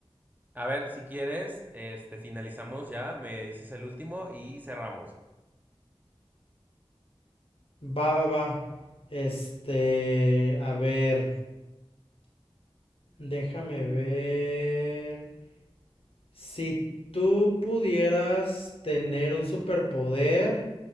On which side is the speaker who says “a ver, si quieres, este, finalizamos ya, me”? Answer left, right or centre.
Right